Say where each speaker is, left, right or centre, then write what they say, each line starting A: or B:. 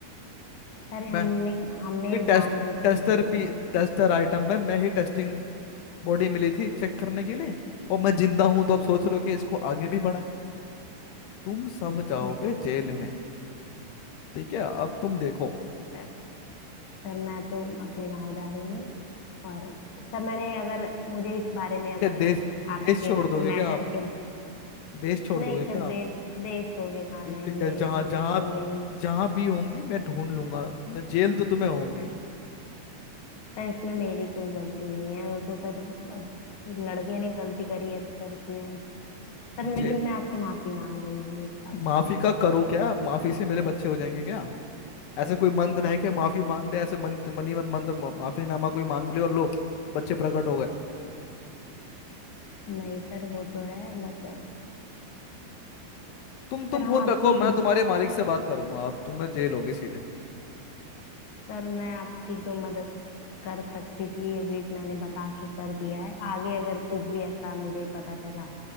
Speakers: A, on the left; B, on the left.
A: सर
B: मैं
A: हमने हमने
B: ये टेस्ट
A: जानबूझ के
B: टेस्टर
A: नहीं किया
B: पी
A: था।
B: टेस्टर आइटम में मैं ही टेस्टिंग बॉडी मिली थी चेक करने के लिए और मैं जिंदा हूं तो अब सोच रहे हो कि इसको आगे भी बढ़ाएं तुम सब जाओगे
A: नहीं
B: जेल में ठीक है अब तुम देखो
A: सर सर मैं तो अपने गांव जा रही हूँ और सर मैंने अगर मुझे इस बारे में अगर
B: क्या देश
A: आपके
B: देश छोड़ दोगे
A: मैटर
B: क्या आप
A: के
B: देश छोड़
A: नहीं
B: दोगे
A: सर
B: क्या आप
A: देश देश छोड़ के कहाँ
B: ये
A: जाएंगे
B: ठीक है जहाँ
A: हमारा
B: जहाँ
A: तो यही
B: जहाँ भी होंगी मैं ढूंढ लूंगा मैं जेल तो तुम्हें होंगी
A: सर इसमें मेरी कोई गलती नहीं है वो तो सर अब लड़के ने गलती करी है तो सर इसमें सर लेकिन
B: जेल
A: मैं आपसे माफी मांग रही हूँ इस बात के
B: माफी
A: लिए
B: का करूँ क्या माफी से मेरे बच्चे हो जाएंगे क्या ऐसे कोई मंत्र है कि माफी मांग दे ऐसे मन मन ही मन मंत्र मा- माफीनामा कोई मांग ले और लो बच्चे प्रकट हो गए
A: नहीं सर वो तो है बट
B: तुम
A: सर
B: तुम
A: हम
B: फोन
A: आपकी
B: रखो मैं तुम्हारे मालिक से बात करूंगा अब तुम्हें जेल होगी सीधे
A: सर मैं आपकी जो मदद कर सकती थी ये भी मैंने बता के कर दिया है आगे अगर कुछ भी ऐसा मुझे पता चला